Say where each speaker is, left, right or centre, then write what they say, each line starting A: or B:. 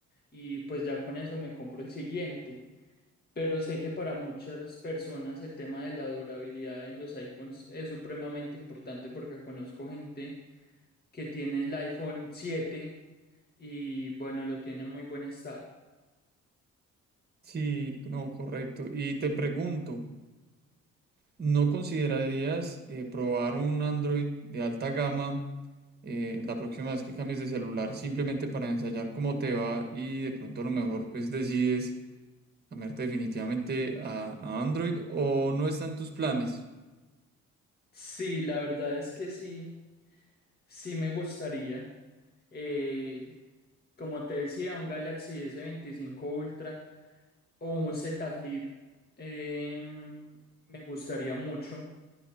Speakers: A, on the left; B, on the right.
A: y pues ya con eso me compro el siguiente. Pero sé que para muchas personas el tema de la durabilidad en los iPhones es supremamente importante porque conozco gente que tiene el iPhone 7 y bueno, lo tiene en muy buen estado.
B: Sí, no, correcto. Y te pregunto, ¿no considerarías eh, probar un Android de alta gama eh, la próxima vez que cambies de celular simplemente para ensayar cómo te va y de pronto a lo mejor pues decides Cambiarte definitivamente a, a Android o no está en tus planes.
A: Sí, la verdad es que sí, sí me gustaría. Eh, como te decía, un Galaxy s veinticinco Ultra o un Z Flip eh, me gustaría mucho.